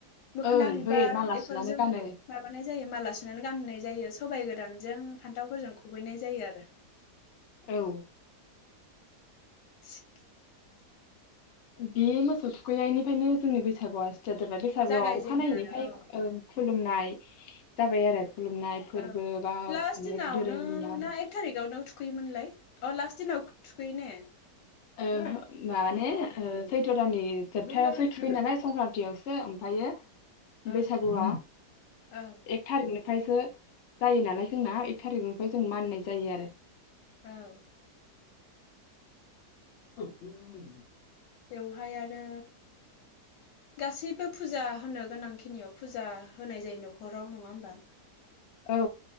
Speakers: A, on the left; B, on the left.
A: मोखोना
B: ओं
A: बिबार
B: होयो माला
A: बेफोरजों
B: सुनानै गानो
A: माबानाय जायो माला सुनानै गान होनाय जायो सबाइ गोरानजों फानथाव फोरजों खुबैनाय जायो आरो
B: औ
A: <inaudible>
B: बे मोसौ थुखैनायनिफ्रायनो जोंनि बैसागुआ <unintelligible> बैसागुआव
A: जागायजेनो
B: अखानायैनिफ्राय
A: आरो
B: खुलुमनाय जाबाय आरो खुलुमनाय फोरबो
A: औ
B: बा
A: लास्ट
B: अनेक
A: दिनावनो
B: धोरोमनिया अनेक
A: ना एक थारिखआवनो थु थुखैयोमोनलाय अ लास्ट दिनाव थुखैयो ने
B: ओ माने सैथ' दाननि जोबथायावसो थुखैयो नालाय संक्रान्तियावसो ओमफ्रायो बैसागुआ
A: ओं औ
B: एक थारिखनो <unintelligible> जायो नालाय जोंना एक थारिकनिफ्राय जों माननाय जायो आरो
A: औ
B: <inaudible>
A: बेवहाय आरो गासैबो फुजा होनो गोनां खिनियाव फुजा होनाय जायो न'खराव नङा हो बा
B: औ